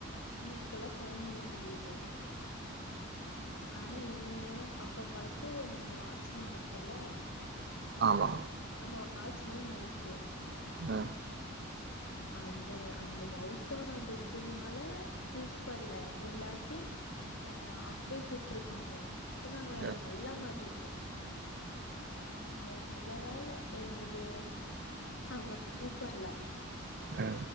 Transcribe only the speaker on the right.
ஆமா
அ
ஆ
ஆ